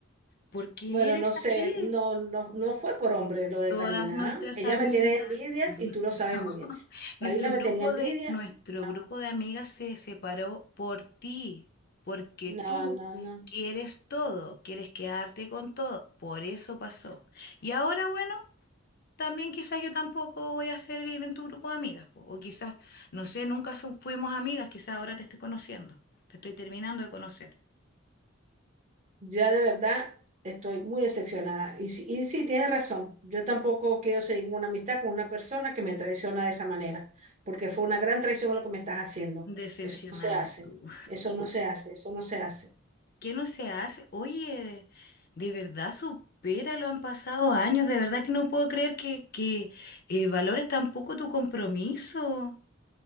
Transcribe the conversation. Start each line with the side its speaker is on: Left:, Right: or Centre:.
Left: ¿Por qué
Right: Bueno,
Left: eres
Right: no sé,
Left: así?
Right: no, no, no fue por hombre lo de
Left: Todas
Right: Karina,
Left: nuestras
Right: ¿ah? Ella
Left: amigas,
Right: me tiene envidia
Left: <laughs>
Right: y tú lo sabes
Left: no,
Right: muy
Left: <laughs>
Right: bien.
Left: nuestro
Right: Karina me
Left: grupo
Right: tenía envidia.
Left: de, nuestro
Right: No,
Left: grupo de amigas se separó por ti, porque
Right: no,
Left: tú
Right: no, no.
Left: quieres todo, quieres quedarte con todo, por eso pasó. Y ahora, bueno, también quizás yo tampoco voy a seguir en tu grupo de amigas, po, o quizás, no sé, nunca son- fuimos amigas, quizás ahora te estoy conociendo, te estoy terminando de conocer.
Right: Ya de verdad estoy muy decepcionada. Y, sí- y sí, tienes razón. Yo tampoco quiero seguir una amistad con una persona que me traiciona de esa manera, porque fue una gran traición lo que me estás haciendo.
Left: Decepcionada
Right: Eso no se hace.
Left: tú.
Right: Eso no se hace. Eso no se hace.
Left: ¿Qué no se hace? Oye, de verdad supéralo, han pasado años, de verdad que no puedo creer que, que eh, valores tampoco tu compromiso,